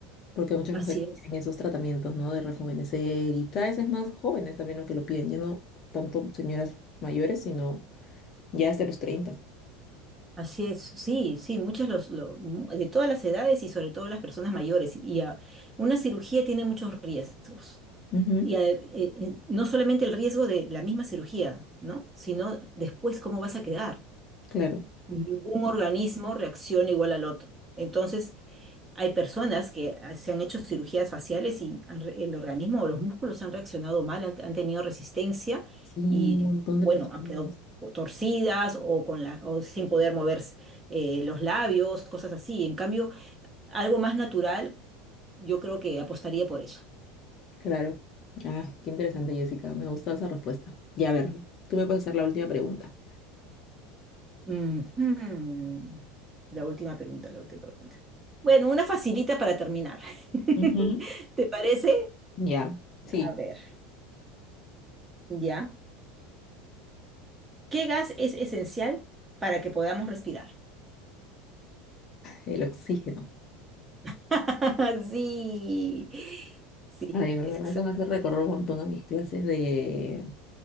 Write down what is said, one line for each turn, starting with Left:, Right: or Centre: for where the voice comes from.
Left: Porque muchas
Right: Así
Left: mujeres
Right: es.
Left: tienen esos tratamientos, ¿no? De rejuvenecer y cada vez es más jóvenes también lo que lo piden. Ya no tanto señoras mayores, sino ya desde los treinta
Right: Así es, sí, sí, muchos los, lo- mu- de todas las edades y sobre todo las personas mayores. Y a- una cirugía tiene muchos riesgos.
Left: Ujú,
Right: Y a- eh, eh, no solamente el riesgo de la misma cirugía, ¿no? Sino después cómo vas a quedar.
Left: Claro,
Right: Ningún organismo reacciona igual al otro. Entonces, hay personas que ah, se han hecho cirugías faciales y han re- el organismo o los músculos han reaccionado mal, han, han tenido resistencia
Left: Sí, un
Right: y,
Left: montón
Right: bueno,
Left: de personas.
Right: han quedado co- torcidas o, con la, o sin poder mover eh, los labios, cosas así. En cambio, algo más natural, yo creo que apostaría por eso.
Left: claro. Ah, qué interesante, Jessica. Me gusta esa respuesta. Ya, a ver, tú me puedes hacer la última pregunta.
Right: Ujú. La última pregunta, la última pregunta. Bueno, una facilita para terminar. <laughs>
Left: Ujú.
Right: ¿Te parece?
Left: Ya, sí,
Right: A ver, ya. ¿Qué gas es esencial para que podamos respirar?
Left: el oxígeno.
Right: <laughs> Sí, sí,
Left: Ay, de
Right: exacto.
Left: verdad, eso me hace recorrer un montón a mis clases de...